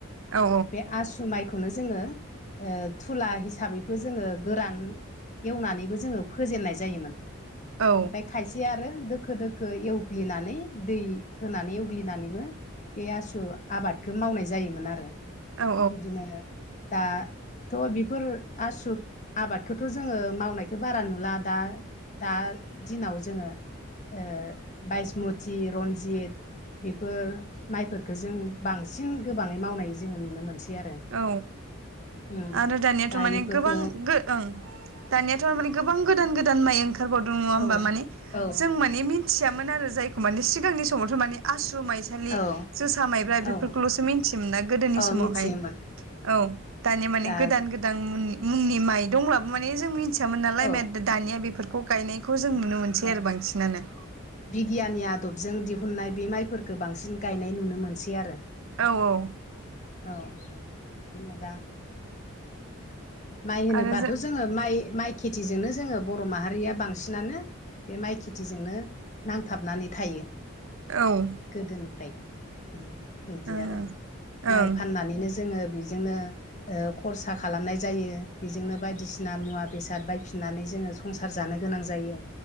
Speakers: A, on the right; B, on the left.
A: औ
B: बे आसु माइखौनो जोङो ओ थुला हिसाबैबो जोङो गोरान एवनानैबो जोङो फोजेननाय जायोमोन
A: औ
B: ओमफाय खायसे आरो दोखो दोखो एवग्लिनानै दै होनानै एवग्लिनानैबो बे आसु आबादखौ मावनाय जायोमोन आरो
A: औ
B: बिदिनो दाथ' बेफोर आसु आबादखौथ' जोङो मावनायखौ बारा नुला दा दा दिनाव जोङो ओ बायिसमथि, रन्जित बेफोर माइफोरखो जों बांसिन गोबाङै मावनाय जोङो नुनो मोनसै आरो
A: औ
B: उम
A: आरो दानियाथ'
B: दा
A: माने
B: इफोरखो
A: गोबां गो ओं दानियाथ'माने गोबां गोदान गोदान माइ ओंखारबावदों नङा होमबा
B: औ
A: माने
B: औ ओ
A: जों माने मि थियामोन आरो जायखौ मानि सिगांनि समावथ' माने आसु माइसालि
B: औ
A: जोसा, माइब्रा बेफोरखौल'सो
B: औ
A: मिथियोमोन ना गोदोनि
B: औ
A: समावहाय
B: मिथियोमोन
A: औ दानिया माने
B: दा
A: गोदान गोदान गोदां मनि मुंनि माइ दंब्लाबो माने जों मोनथियामोन नालाय
B: औ
A: माइ दानिया बेफोरखौ गायनायखौ जों नुनो मोनसै
B: औ
A: आरो बांसिनानो
B: बिगियाननि आदबजों दिहुननाय बे माइफोरफोरखो बांसिन गायनाय नुनो मोनसै आरो
A: औ-औ
B: औ बिदिनो दा माइ होनोबथ'
A: आरो जों
B: जोङो माइ माइ खेथिजोंनो जोङो बर' माहारिया बांसिनानो बे माइ खेथिजोंनो नांथाबनानै थायो
A: औ
B: गोदोनिफ्राय बिदि
A: ओं
B: आरो
A: ओं
B: माइ फाननानैनो जोङो बेजोंनो खरसा खालामनाय जायो बेजोंनो बायदिसिना मुवा बेसाद बायफिननानै जोङो संसार जानो गोनां जायो